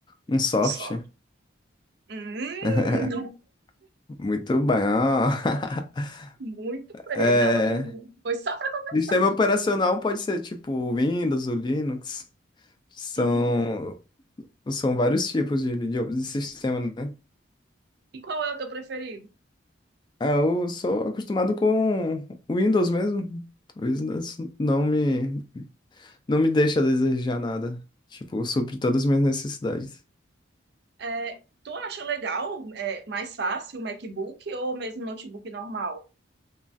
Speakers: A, on the left; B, on the right.
A: Um soft.
B: Só. Hum,
A: <laughs> Muito bom. <laughs>
B: muito bem.
A: É...
B: Não, eu- foi só para começar.
A: Sistema operacional pode ser tipo o Windows ou Linux. São,
B: Hum,
A: são vários tipos de, de, de sistema, né?
B: E qual é o teu preferido?
A: Ah, eu sou acostumado com Windows mesmo. Windows não me, não me deixa a desejar nada. Tipo, supre todas as minhas necessidades.
B: É, tu acha legal, é, mais fácil o MacBook ou mesmo notebook normal?